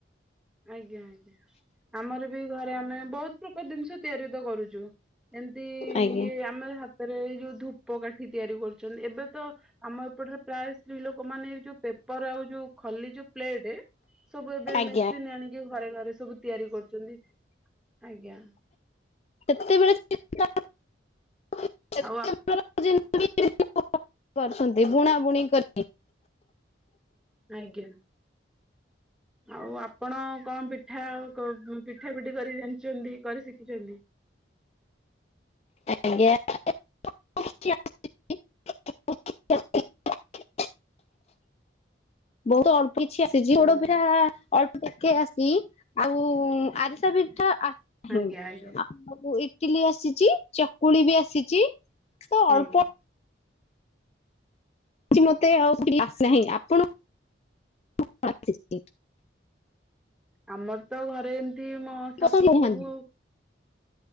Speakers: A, in the centre; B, on the left.
A: ଆଜ୍ଞା, ଆଜ୍ଞା, ଆମର ବି ଘରେ, ଆମେ ବହୁତ ପ୍ରକାର ଜିନିଷ ତିଆରି ତ କରୁଚୁ। ଏମତି,
B: ଆଜ୍ଞା
A: ଇଏ ଆମ ହାତରେ ଏଇ ଯୋଉ ଧୂପ କାଠି ତିଆରି କରୁଛନ୍ତି, ଏବେ ତ ଆମ ଏପଟରେ, ପ୍ରାୟ ସ୍ତ୍ରୀ ଲୋକ ମାନେ ଯୋଉ ପେପର ଆଉ ଯୋଉ ଖଲି, ଯୋଉ ପ୍ଲେଟ ସବୁ ଏବେ
B: ଆଜ୍ଞା
A: ମେସିନ୍ ଆଣିକି, ଘରେ ଘରେ ସବୁ ତିଆରି କରୁଛନ୍ତି। ଆଜ୍ଞା।
B: ସେତେବେଳେ <unintelligible> <unintelligible>
A: ଆଉ
B: ପାରୁଛନ୍ତି, ବୁଣା ବୁଣି କରି
A: ଆଜ୍ଞା। ଆଉ ଆପଣ କଣ ପିଠା, ପିଠା ପିଠି କରି ଜଣିଛନ୍ତି, କରି ଶିଖିଛନ୍ତି।
B: ଆଜ୍ଞା, <unintelligible> ବହୁତ ଅଳ୍ପ କିଛି ଆସିଛି, ପୋଡ଼ପିଠା
A: ଆଜ୍ଞା
B: ଅଳ୍ପ ଟିକେ ଆସି, ଆଉ ଆରିସା ପିଠା <unintelligible>
A: ଆଜ୍ଞା ଆଜ୍ଞା
B: ସବୁ ଇଟିଲି ଆସିଚି, ଚକୁଳି ବି ଆସିଛି। ତ ଅଳ୍ପ
A: ଆଜ୍ଞା।
B: କି ମତେ ଆଉ କିଛି ଆସିନାହିଁ, ଆପଣ <unintelligible>
A: ଆମର ତ ଘରେ ଏମତି, ମୋ ଶାଶୁ
B: ପସନ୍ଦ ନାହାନ୍ତି।
A: ସବୁ